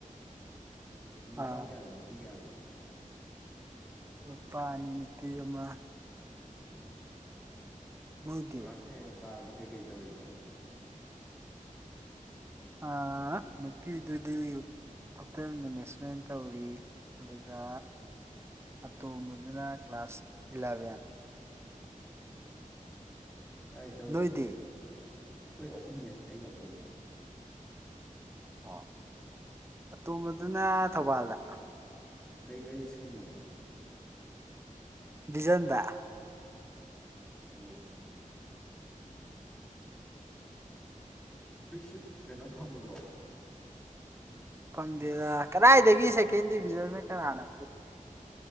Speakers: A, in the centre; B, on the right.
A: ꯑꯣ ꯅꯨ ꯅꯨꯄꯥ
B: ꯑꯥ
A: ꯀꯌꯥꯅꯣ ꯅꯨꯄꯤ ꯀꯌꯥꯅꯣ
B: ꯅꯨꯄꯥ ꯑꯅꯤ ꯅꯨꯄꯤ ꯑꯃ
A: ꯎꯝ
B: ꯅꯣꯏꯗꯤ
A: ꯀ꯭ꯂꯥꯁ ꯍ‌ꯦꯍ‌ꯦꯛ ꯀꯥꯔꯕꯣ ꯀꯩꯀꯩ ꯇꯧꯔꯤꯕ꯭ꯔꯥ
B: ꯑꯥ ꯅꯨꯄꯤꯗꯨꯗꯤ ꯍꯣꯇꯦꯜ ꯃꯦꯅꯦꯖꯃꯦꯟ ꯇꯧꯔꯤ ꯑꯗꯨꯒ ꯑꯇꯣꯝꯕꯗꯨꯅ ꯀ꯭ꯂꯥꯁ ꯏꯂꯚꯦꯟ
A: ꯎꯝ ꯀꯥꯏ ꯇꯧꯔꯤꯅꯣ
B: ꯅꯣꯏꯗꯤ
A: ꯅꯣꯏ ꯑꯗꯨꯗ ꯑꯩꯈꯣꯏ ꯑꯍꯨꯝꯅꯦ ꯑꯩꯅ ꯑꯇꯣꯝꯕ
B: ꯑꯣ ꯑꯇꯣꯝꯕꯗꯨꯅ ꯊꯧꯕꯥꯜꯗ
A: ꯀꯩꯀꯩ ꯁ꯭ꯀꯨꯟꯅꯣ
B: ꯕꯤꯖꯟꯗ
A: ꯑꯣ ꯐꯩꯐꯩ ꯐ꯭ꯔꯤꯁꯤꯞ ꯀꯩꯅꯣ ꯐꯪꯗ꯭ꯔꯣ
B: ꯐꯪꯗꯦꯗ ꯀꯗꯥꯏꯗꯒꯤ ꯁꯦꯀꯦꯟ ꯗꯤꯕꯤꯖꯟꯅ ꯀꯅꯥꯅ